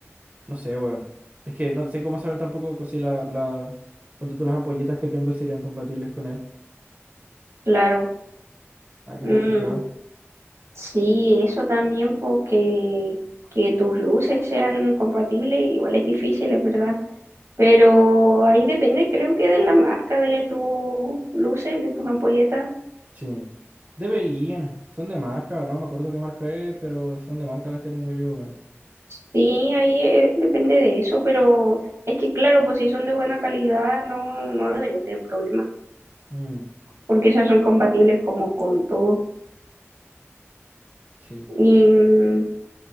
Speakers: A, on the right; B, on the right.
A: no sé, weón. Es que no sé cómo saber tampoco si la, la, ponte tú las ampolletas que tengo serían compatibles con él.
B: claro.
A: Ah, qué
B: Mm,
A: complicado.
B: sí, eso también, porque que tus luces sean compatibles, igual es difícil, es verdad. Pero ahí depende, creo que de la marca, de tus luces, de tus ampolletas.
A: Sí. Deberían. Son de marca, no me acuerdo qué marca es, pero son de marca las que tengo yo, weón.
B: Sí, ahí eh, depende de eso, pero es que claro, pues si son de buena calidad, no, no debería tener problemas,
A: Mm,
B: porque esas son compatibles como con todo.
A: sí.
B: Y mm,